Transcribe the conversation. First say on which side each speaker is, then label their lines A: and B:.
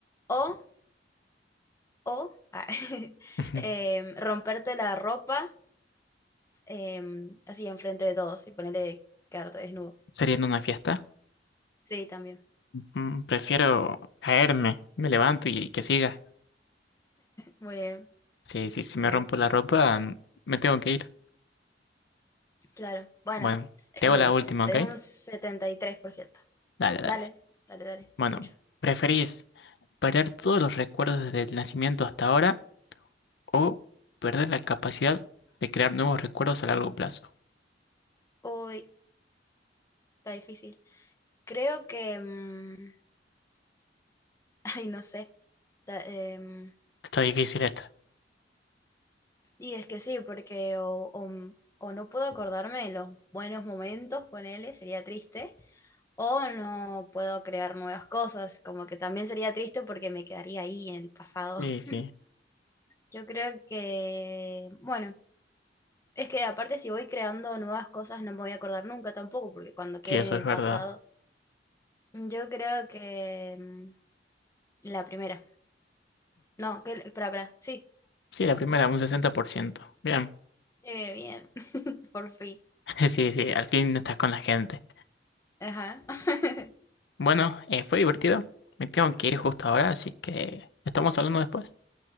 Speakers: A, on the left; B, on the left.
A: ¿O, o ah, <laughs>
B: <laughs>
A: em, romperte la ropa em, así enfrente de todos y ponerle quedarte desnudo?
B: ¿Sería en una fiesta?
A: Sí, también.
B: Mm, Prefiero caerme, me levanto y que siga.
A: Muy bien.
B: Sí, sí, si
A: Bueno,
B: me rompo la ropa, mm, me tengo que ir.
A: claro. Bueno,
B: Bueno,
A: es
B: te hago
A: verdad.
B: la última,
A: Tenés
B: ¿ok?
A: un setenta y tres por ciento
B: Dale, dale.
A: Dale, dale, dale, te
B: Bueno,
A: escucho.
B: ¿preferís perder todos los recuerdos desde el nacimiento hasta ahora o perder la capacidad de crear nuevos recuerdos a largo plazo?
A: Uy, está difícil. Creo que... mm, Ay, no sé. Ta- em,
B: Está difícil esta.
A: y es que sí, porque o, o- o no puedo acordarme de los buenos momentos, ponele, sería triste, o no puedo crear nuevas cosas, como que también sería triste porque me quedaría ahí en el pasado.
B: Sí, sí,
A: <laughs> Yo creo que, bueno, es que aparte si voy creando nuevas cosas no me voy a acordar nunca tampoco, porque cuando quede
B: sí, eso
A: en
B: es
A: el
B: verdad.
A: pasado, yo creo que em, la primera. No, que, para, para, sí,
B: Sí,
A: esa.
B: la primera, un 60%. Bien.
A: Eh, bien, <laughs> por fin.
B: <laughs> Sí, sí, al fin no estás con la gente.
A: Ajá. <laughs>
B: Bueno, eh, fue divertido. Me tengo que ir justo ahora, así que estamos hablando después.